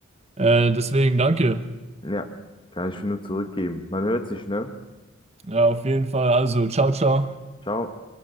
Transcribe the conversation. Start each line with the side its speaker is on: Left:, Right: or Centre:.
Right: Äh, deswegen danke.
Left: Ja, kann ich nur zurückgeben. Man hört sich, ne?
Right: Ja, auf jeden Fall. Also, ciao, ciao.
Left: Ciao.